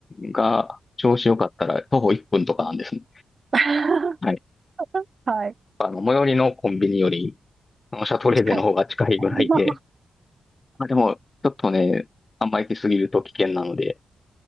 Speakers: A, on the left; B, on the right.
A: が調子良かったら徒歩1分とかなんですね。
B: <laughs>
A: はい。
B: はい。
A: あの、最寄りのコンビニより、あのシャトレーゼの方が近いぐらいで、
B: 近い。<laughs>
A: まあでも、ちょっとね、あんま行きすぎると危険なので、